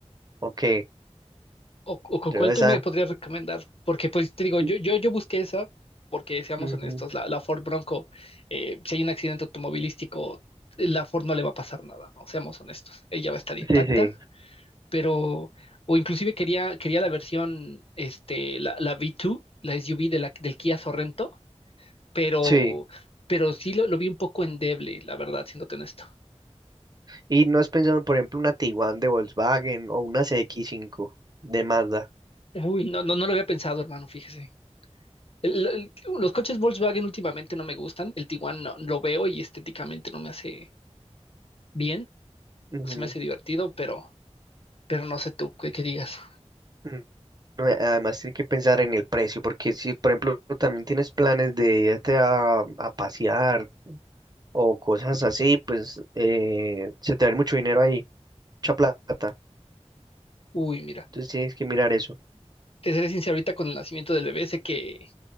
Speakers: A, on the right (about 35°); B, on the left (about 55°).
A: Ok.
B: O, o cu-
A: Yo
B: cuál
A: esa.
B: tú me podrías recomendar, porque pues te digo, yo,
A: Mm,
B: yo, yo busqué esa, porque seamos
A: ujú.
B: honestos, la, la Ford Bronco, eh, si hay un accidente automovilístico, la Ford no le va a pasar nada, ¿no? Seamos honestos, ella va a estar intacta
A: Sí, sí.
B: pero, o inclusive quería, quería la versión, este, la, la V2, la SUV de la, del Kia Sorrento, pero,
A: Sí.
B: pero sí lo, lo vi un poco endeble, la verdad, siéndote honesto.
A: ¿Y no has pensado, por ejemplo, una Tiguan de Volkswagen o una cx cinco de Mazda?
B: Uy, no, no, no lo había pensado, hermano, fíjese. El- el- los coches Volkswagen últimamente no me gustan, el Tiguan no, lo veo y estéticamente no me hace bien,
A: Ujú.
B: no se me hace divertido, pero, pero no sé tú, ¿qué, qué digas?
A: Mm, No, eh, Además, tienes que pensar en el precio, porque si, por ejemplo, también tienes planes de irte a, a pasear o cosas así, pues eh, se te va a ir mucho dinero ahí, mucha plata.
B: Uy, mira.
A: Entonces tienes que mirar eso.
B: te seré sincero, ahorita con el nacimiento del bebé, sé que